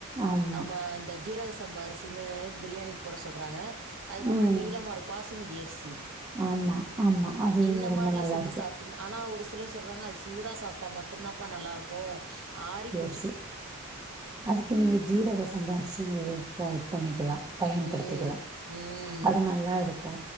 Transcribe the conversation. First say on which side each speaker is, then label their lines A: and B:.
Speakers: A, on the right (about 20°); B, on the right (about 60°).
A: ஆமா
B: நம்ம இந்த ஜீரக சம் சம்ப அரிசின்னு பிரியாணிக்கு போட சொல்றாங்க அதுக்கப்புற
A: ம்
B: நீலமா இரு பாசுமதி அரிசி
A: ஆமா ஆமா அது
B: இந்த
A: ரொம்ப
B: மாதிரில
A: நல்லாருக்கு
B: செஞ்சு சாப்பிட்டீங்க ஆனா ஒரு சொல்றாங்க அது சூடா சாப்ட்டா மட்டும்தான்ப்பா நல்லா இருக்கு ஆரிப்
A: ரிச அதுக்கு நீங்க ஜீரக சம்பா அரிசில பண்ணிக்கலா பயன்படுத்திக்கலா
B: ம். ம்.
A: அது நல்லா இருக்கு